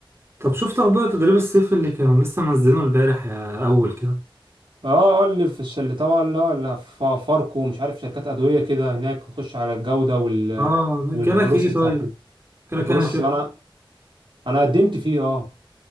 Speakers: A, on the right; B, on the right.
A: طب شفت اخبار تدريب الصيف اللي كانوا لسه منزلينه البارح يا اول كده
B: اه اه اللي في الش... اللي طبعا لا لا فا- فاركو ومش عارف شركات ادويه كده هناك تخش على الجوده وال
A: اه
B: والبروسيس
A: جالك ايه طيب
B: بتاعت ال-
A: جالك
B: البروسيس
A: يعني شيء
B: انا انا قدمت فيه اه